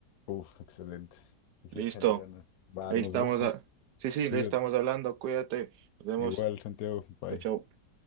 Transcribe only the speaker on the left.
Uf, excelente. Pues
échale ganas. Va,
nos
vemos.
Cuídate.
Igual, Santiago. Bye.